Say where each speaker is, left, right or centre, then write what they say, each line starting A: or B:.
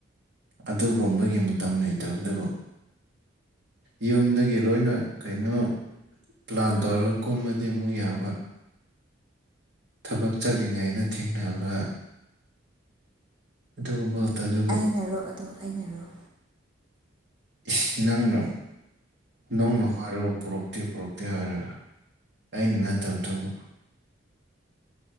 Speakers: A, on the right; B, on the right.
A: ꯑꯗꯨꯒꯨꯝꯕꯒꯤ ꯃꯇꯝ ꯂꯩꯇꯕꯗꯨꯕꯨ꯫ ꯌꯨꯝꯗꯒꯤ ꯂꯣꯏꯅ ꯀꯩꯅꯣ ꯄ꯭ꯂꯥꯟ ꯇꯧꯔꯒ ꯀꯨꯝꯃꯗꯤ ꯑꯃꯨꯛ ꯌꯥꯕ꯫ ꯊꯕꯛ ꯆꯠꯂꯤꯉꯩꯗ ꯊꯦꯡꯅꯕ꯫ ꯑꯗꯨꯨꯝꯕꯒ ꯉꯇꯅ‌ꯦ
B: ꯑꯩꯅꯔꯣ ꯑꯗꯣ ꯑꯩꯅꯔꯣ
A: ꯏꯁ ꯅꯪꯅ ꯅꯪꯅ ꯍꯥꯏꯔꯑꯣ ꯄꯨꯔꯛꯇꯦ ꯄꯨꯔꯛꯇꯦ ꯍꯥꯏꯔ ꯑꯩꯅ ꯅꯠꯇꯕꯗꯨꯕꯨ